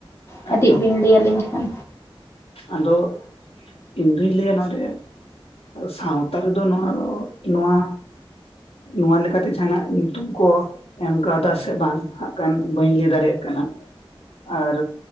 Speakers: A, on the left; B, on the left.
A: ᱠᱟᱹᱴᱤᱡ
B: ᱮᱠᱫᱚᱢ
A: ᱵᱤᱱ ᱞᱟᱹᱭ ᱟᱹᱞᱤᱧ ᱠᱷᱟᱱ᱾
B: ᱟᱫᱚ, ᱤᱧ ᱫᱩᱧ ᱞᱟᱹᱭᱟ ᱱᱚᱰᱮ ᱥᱟᱶᱛᱟ ᱨᱮᱫᱚ ᱱᱚᱣᱟ ᱫᱚ, ᱱᱚᱣᱟ ᱱᱚᱣᱟ ᱞᱮᱠᱟᱛᱮ ᱡᱟᱦᱟᱸᱱᱟᱜ ᱧᱩᱛᱩᱢ ᱠᱚ ᱮᱢ ᱠᱟᱣᱫᱟ ᱥᱮ ᱵᱟᱝ ᱦᱟᱸᱜ ᱠᱷᱟᱱ ᱵᱟᱹᱧ ᱞᱟᱹᱭ ᱫᱟᱲᱮᱭᱟᱜ ᱠᱟᱱᱟ᱾ ᱟᱨ